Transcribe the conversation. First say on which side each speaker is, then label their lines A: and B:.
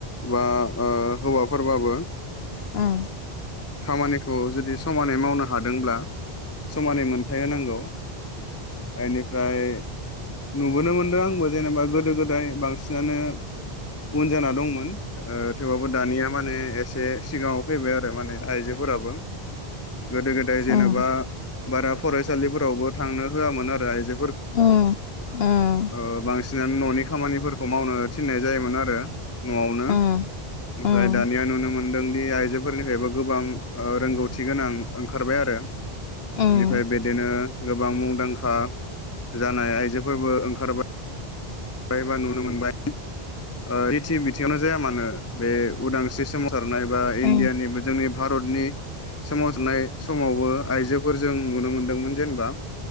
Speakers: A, on the left; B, on the left.
A: बा ओ हौवाफोरबाबो।
B: उम।
A: खामानिखौ जुदि समानै मावनो हादोंब्ला समानै मोनथाय होनांगौ बेनिफ्राय नुबोनो मोन दो आंबो जेनेबा गोदो गोदाय बांसिनानो उन जाना दंमोन। थेवबाबो दानिया माने एसे दे सिगाङाव फैबाय आरो माने आइजोफोराबो गोदो गोदाय जेनेबा
B: उम
A: बारा फरायसालिफोरावबो थांनो होआमोन आरो आइजो
B: अम अम।
A: अ बांसिन फैनानै न'नि खामानिफोरखौ मावनो थिननाय जायोमोन आरो। न'आवनो
B: उम उम
A: ओमफ्राय दानिया नुनो मोनदों। नि आइजोफोरनिफ्रायबो गोबां रोंगौथि गोनां ओंखारबाय आरो बेनिफ्राय
B: उम
A: बिदिनो गोबां मुंदांखा जानाय आइजोफोरबों ओं खारबाय। बा नुनो मोनबाय अ जेथिं बिथिङावनो जाया मानो बे उदांस्रि समाव सारनाय बा इण्डियानिबो
B: उम
A: जोंनि भारतनि सोमावारनाय समावबो आइजोफोर जों नुनो मोनदोंमोन जेनेबा